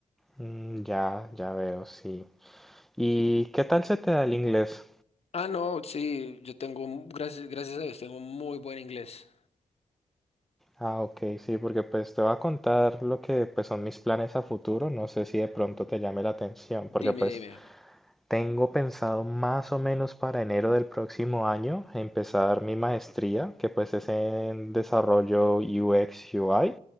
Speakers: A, in the centre; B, on the left (about 50°).
A: Mm, ya, ya veo, sí. ¿Y qué tal se te da el inglés?
B: Ah, no, sí, yo tengo, un- gracias, gracias a Dios, tengo un muy buen inglés.
A: Ah, ok, sí, porque pues te voy a contar lo que pues son mis planes a futuro, no sé si de pronto te llame la atención, porque
B: Dime,
A: pues
B: dime.
A: Tengo pensado más o menos para enero del próximo año empezar mi maestría, que pues es en desarrollo UX UI